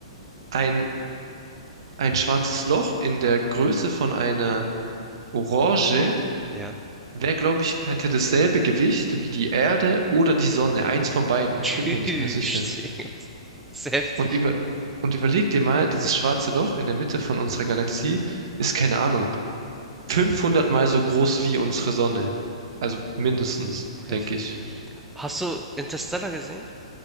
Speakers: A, on the right; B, in the centre.
A: ein, ein schwarzes Loch in der Größe von einer Orange
B: Ja.
A: wäre, glaube ich, hätte dasselbe Gewicht wie die Erde oder die Sonne. Eins von beiden. Ich
B: Tschüss.
A: bin mir nicht mehr sicher.
B: <laughs> Das Ist heftig,
A: Und über, und überleg dir mal, dieses schwarze Loch in der Mitte von unserer Galaxie ist, keine Ahnung, 500 mal so groß wie unsere Sonne. Also mindestens,
B: heftig.
A: denke ich.
B: Hast du Interstellar gesehen?